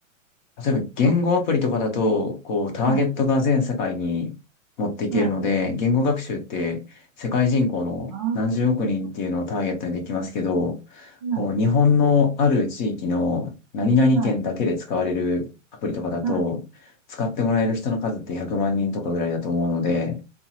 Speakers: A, on the left; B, on the right.
A: 例えば言語アプリとかだと、
B: あ、
A: こう、ターゲットが全世界に持っていけるので、
B: はい、はい。
A: 言語学習って世界人口の何十億人っていうのをターゲットにできますけど、
B: ああ、はい、
A: こう、日本のある地域の何々県だけで使われるアプリとかだと、
B: はい、はい、
A: 使ってもらえる人の数って100万人とかぐらいだと思うので、